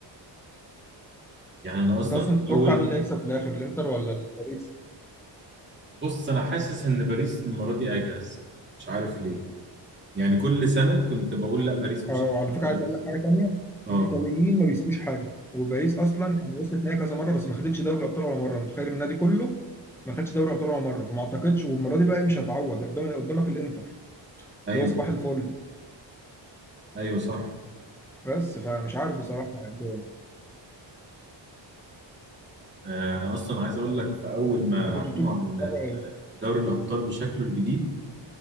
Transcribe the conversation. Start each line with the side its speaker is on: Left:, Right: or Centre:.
Right: يعني أنا أصلا
Centre: انت اصلا تتوقع
Right: أول
Centre: مين اللي هيكسب في الاخر الانتر ولا باريس
Right: بص أنا حاسس إن باريس المرة دي أجهز مش عارف ليه يعني كل سنة كنت بقول لا باريس مش
Centre: اه وعلى
Right: هتاخد
Centre: فكره
Right: لا
Centre: عايز
Right: باريس
Centre: اقول لك حاجه تانيه
Right: أه
Centre: الايطاليين ما بيسيبوش حاجه وباريس اصلا يعني وصلت نهائي كذا مره بس ما خدتش دوري الابطال ولا مره متخيل النادي كله ما خدش دوري الابطال ولا مره فما اعتقدش والمره دي بقى إيه، مش هتعوض قدام قدامك الانتر
Right: أيوه
Centre: اللي هو صباح الفل
Right: أيوه صح
Centre: بس فمش عارف بصراحه يعني
Right: آه، أنا أصلا عايز أقول لك في أول ما
Centre: انت كنت
Right: أعلنوا
Centre: بتقول كنت
Right: عن
Centre: بتتفرج
Right: ال-
Centre: ايه
Right: دوري الأبطال بشكله الجديد